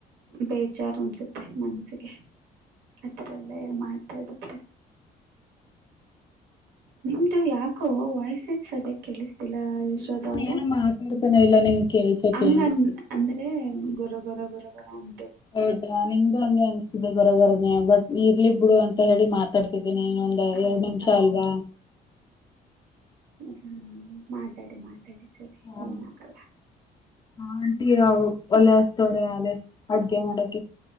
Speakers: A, on the right; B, on the left.
A: ಬೇಜಾರು ಅನ್ಸುತ್ತೆ ನನ್ಸ ಆತರಲ್ಲ ಮಾತಾಡುದ್ರೆ ನಿಮ್ದು ಯಾಕೋ ವೈಸೂ ಸರಿಯಾಗಿ ಕೇಳ ಿಲ್ಲ ಯಶೋದ
B: ಇಲ್ಲ ನಾನು
A: ಅವರ
B: ಏನು ಮಾತಾಡ್ತಾನೆ ಇಲ್ಲ ನಿಮ್ಗೆ ಕೇಳ್ಸಕ್ಕೆ
A: ಹಂಗ ಅಂದ್ರೆ ಎ ಗರ ಗರ ಗರ ಗರ ಅಂ
B: ಹೌದಾ ನಿಮ್ದು ಹಂಗೆ ಅನ್ಸ್ತಿದೆ ಬರೋಬರನೆ ಬಟ್ ಇರ್ಲಿಬ್ಬಡು ಅಂತ ಹೇಳಿ ಮಾತಾಡ್ತಿದ ಿ ಇನ್ನ ಒಂದ
A: ಹೌದಾ
B: ಎರಡು ನಿಮಿಷ ಅಲ್ವಾ
A: ಹ್ಮ ಮಾತಾಡಿ ಮಾತಾಡಿ ಸರಿ
B: ಆ
A: ಏನಾಗಲ್ಲ
B: ಆಂಟಿ ಒಲೆ ಹಸ್ತವ್ರೆ ಅದೇ ಅಡ್ಗೆ ಮಾಡಕ